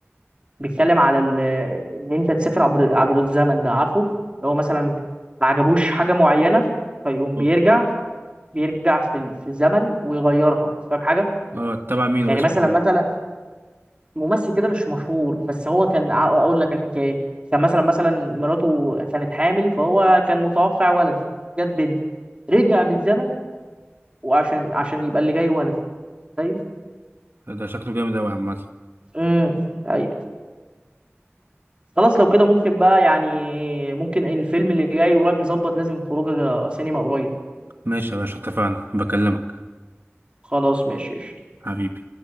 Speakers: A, on the right (about 25°); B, on the right (about 55°).
A: بيتكلم على ال- ان انت تسافر عبر عبر الزمن ده عارفه اللي هو مثلا ما عجبوش حاجه معينه فيقوم
B: اه
A: بيرجع بيرجع في ال- في الزمن ويغيرها فاهم حاجه
B: آه، تبع مين
A: يعني
B: واسمه
A: مثلا
B: مين؟
A: مثلا ممثل كده مش مشهور بس هو كان ع- اقول لك الحكايه كان مثلا مثلا مراته كانت حامل فهو كان متوقع ولد جت بنت رجع بالزمن وعشان عشان يبقى اللي جاي ولد طيب
B: آه، ده شكله جامد أوي عامة
A: امم طيب خلاص لو كده ممكن بقى يعني ممكن الفيلم اللي جاي قريب نظبط لازم خروجه سينما قريب
B: ماشي يا باشا اتفقنا بكلمك
A: خلاص ماشي
B: حبيبي